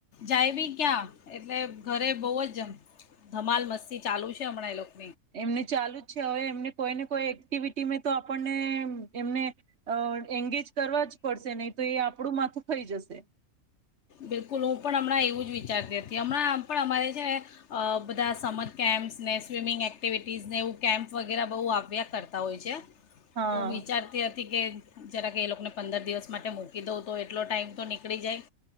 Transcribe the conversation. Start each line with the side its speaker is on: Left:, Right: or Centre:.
Left: જાય બી ક્યાં એટલે ઘરે બહુ જ ધમાલ મસ્તી ચાલુ છે હમણાં એ લોકો
Right: એમને ચાલુ જ છે હવે એમને કોઈ ને કોઈ એક્ટિવિટી મે તો આપણને એમને અ એંગેજ કરવા જ પડશે નહીં તો એ આપણું માથું ખઈ જશે.
Left: બિલકુલ હું પણ હમણાં એવું જ વિચારતી હતી હમણાં આમ પણ અમારે છે બધા સમર કેમ્પ્સને સ્વિમિંગ એક્ટિવિટીઝને એવું કેમ્પ વગેરે બહુ આવ્યા કરતા હોય છે.
Right: હા
Left: તો વિચારતી હતી કે જરા કે એ લોકોને પંદર દિવસ માટે મૂકી દઉં તો એટલો ટાઈમ તો નીકળી જાય.